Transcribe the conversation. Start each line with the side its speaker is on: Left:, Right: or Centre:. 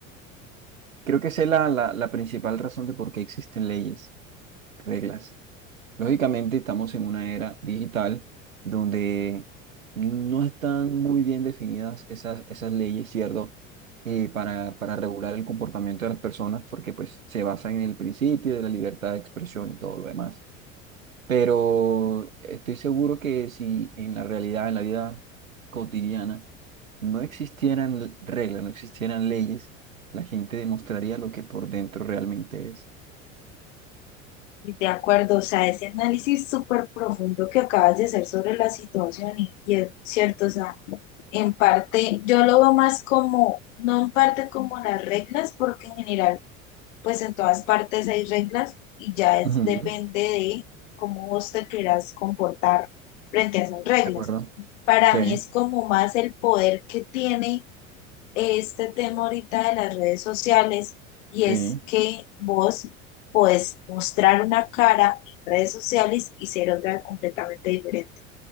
Right: creo que esa es la, la, la principal razón de por qué existen leyes, reglas. Lógicamente estamos en una era digital donde no están muy bien definidas esas, esas leyes, ¿cierto? Eh, para, para regular el comportamiento de las personas porque pues se basan en el principio de la libertad de expresión y todo lo demás. Pero estoy seguro que si en la realidad, en la vida cotidiana, no existieran l- reglas, no existieran leyes, la gente demostraría lo que por dentro realmente es.
Left: De acuerdo, o sea, ese análisis súper profundo que acabas de hacer sobre la situación y, y es cierto, o sea, en parte yo lo veo más como, no en parte como las reglas, porque en general, pues en todas partes hay reglas y ya es
Right: Ujú,
Left: depende de cómo vos te quieras comportar frente a esas reglas.
Right: ¿De acuerdo?
Left: Para
Right: Sí,
Left: mí es como más el poder que tiene este tema ahorita de las redes sociales y
Right: sí,
Left: es que vos podés mostrar una cara en redes sociales y ser otra completamente diferente.